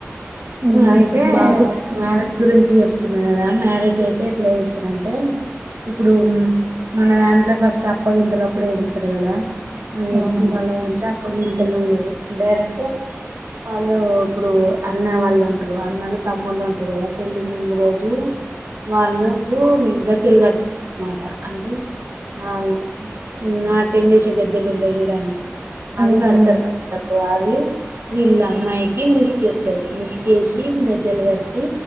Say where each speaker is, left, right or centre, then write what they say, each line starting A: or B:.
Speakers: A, on the right (about 35°); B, on the right (about 65°).
A: ఉమ్
B: మ్మ్ అయితే
A: బాబు
B: మ్యారేజ్ గురించి చెప్తున్నా కదా మ్యారేజ్ అయితే ఎట్లా చేస్తార అంటే ఇప్పుడు మన దాంట్లో ఫస్ట్ అప్పగింతలప్పుడు ఏడుస్తారు కదా మ
A: అవును
B: ఎస్టీ వాళ్ల దాంట్ల కొన్ని ఇంతలు ఉండ డైరెక్ట్ వాళ్ళు ఇప్పుడు అన్న వాళ్ళ అ తమ్ముళ్ళు ఉంటారు కదా పెళ్ళలి ముందు రోజు వాళ్ళకు గజ్జలు కడతారు అన్నమాట అంటేఅవి నాట్యం ఏం చేసే గజ్జలు ఉంటాయి చూడండి
A: ఉమ్
B: అవి కడతారు కాళ్ళకు అవి వీళ్ళు అమ్మాయికి ముసుకేత్తరు ము చేసి గజ్జలు కట్టి